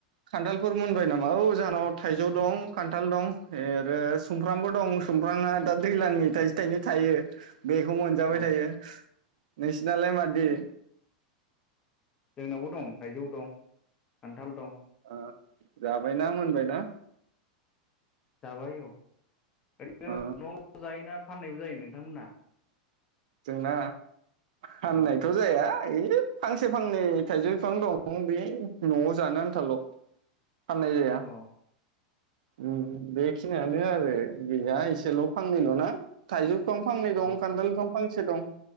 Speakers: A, on the right (about 70°); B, on the left (about 20°).
A: खान्थालफोर मोनबाय नामा? औ जाहानाव थाइजौ दं खान्थाल दं ए आरो सुमफ्रामबो दं सुमफ्रांङा दं दैज्लांनि थाइसे थाइनै थायो । <inaudible> बेखौ मोनजाबाय
B: औ
A: थायो। नि नालाय मादि
B: औ जोंनावबो दं थाइजौ दं खान्थाल दं
A: ओ जाबायना मोनबायना?
B: जाबाय औ। ओरैनो
A: ओ
B: नाव जायोना फाननायबो जायो नोंथांमोना
A: जोंना फाननायथ
B: औ
A: जाया फांसे फांनै थाइजौ बिफां दं बे न'आव जानो आन्थाल' फाननाय जाया
B: अ
A: उम बेखिनियानो आरो गैया इसेल फांनैलना थाइजौ बिफां फांनै दं
B: औ
A: खान्दाल बिफां फांस एसे दं